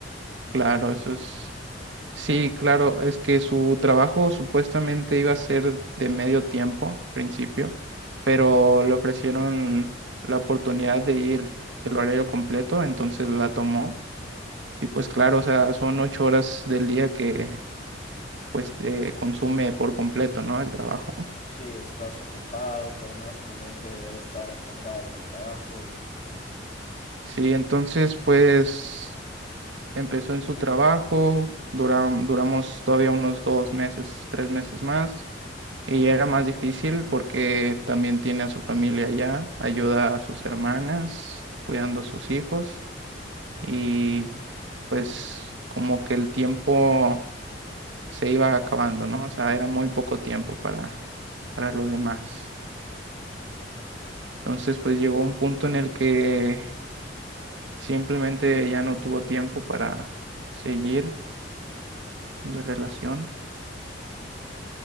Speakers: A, on the right; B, on the left.
A: Claro, eso es Sí, claro, es que su trabajo supuestamente iba a ser de medio tiempo al principio, pero le ofrecieron la oportunidad de ir el horario completo, entonces la tomó. Y pues claro, o sea, son ocho horas del día que pues te consume por completo, ¿no? El trabajo.
B: si estás ocupado, por más tu mente debe estar enfocada en el trabajo y
A: Sí, entonces pues empezó en su trabajo, duram- duramos todavía unos dos meses, tres meses más. Y era más difícil porque también tiene a su familia allá, ayuda a sus hermanas, cuidando a sus hijos y pues como que el tiempo se iba acabando, ¿no? O sea, era muy poco tiempo para, para lo demás. Entonces pues llegó un punto en el que simplemente ya no tuvo tiempo para seguir la relación.